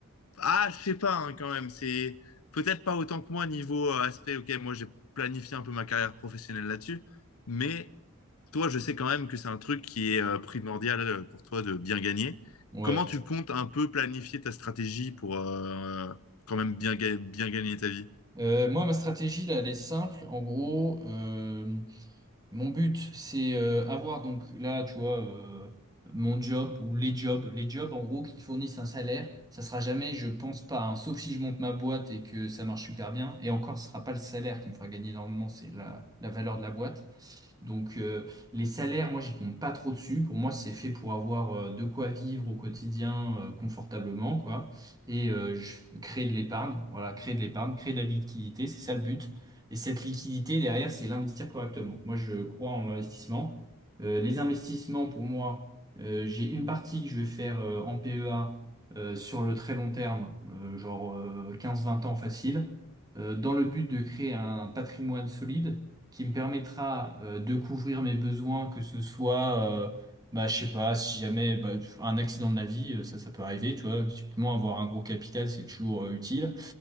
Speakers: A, on the left; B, on the right.
A: Ah, je sais pas hein, quand même. C'est peut-être pas autant que moi niveau euh, aspect. Ok, moi, j'ai planifié un peu ma carrière professionnelle là-dessus. Mais toi, je sais quand même que c'est un truc qui est euh, primordial euh, pour toi de bien gagner.
B: Ouais.
A: Comment tu comptes un peu planifier ta stratégie pour euh, quand même bien, ga- bien gagner ta vie?
B: Euh, moi, ma stratégie, là, elle est simple. En gros, euh, mon but, c'est euh, avoir, donc là, tu vois, euh, mon job ou les jobs, les jobs, en gros, qui fournissent un salaire. Ça sera jamais, je pense pas, hein, sauf si je monte ma boîte et que ça marche super bien. Et encore, ce sera pas le salaire qui me fera gagner énormément, c'est la, la valeur de la boîte. Donc euh, les salaires, moi j'y compte pas trop dessus. Pour moi, c'est fait pour avoir euh, de quoi vivre au quotidien euh, confortablement, quoi. Et euh, je- créer de l'épargne, voilà, créer de l'épargne, créer de la liquidité, c'est ça le but. Et cette liquidité derrière, c'est l'investir correctement. Moi, je crois en l'investissement. Euh, les investissements, pour moi, euh, j'ai une partie que je vais faire euh, en PEA euh, sur le très long terme, euh, genre euh, 15-20 ans facile, euh, dans le but de créer un patrimoine solide qui me permettra euh, de couvrir mes besoins, que ce soit, euh, bah, je sais pas, si jamais bah, un accident de la vie, euh, ça, ça peut arriver, tu vois, typiquement avoir un gros capital, c'est toujours euh, utile,